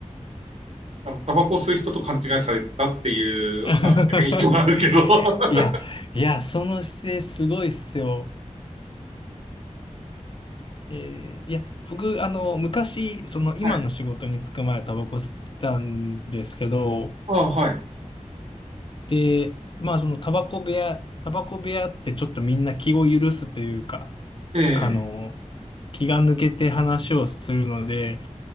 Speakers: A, on the right (about 55°); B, on the left (about 40°).
A: あの、タバコ吸う人と勘違いされてたっていう、
B: <laughs>
A: あの、メリットがあるけど。<laughs>
B: いや、いや、その姿勢すごいっすよ。えーいや、僕、あの、昔、その今の仕事に就く前はタバコ吸ってたんですけど、
A: はい。<laughs> あはい。
B: で、まあそのタバコ部屋、タバコ部屋ってちょっとみんな気を許すというか、
A: ええ、
B: あの、気が抜けて話をするので、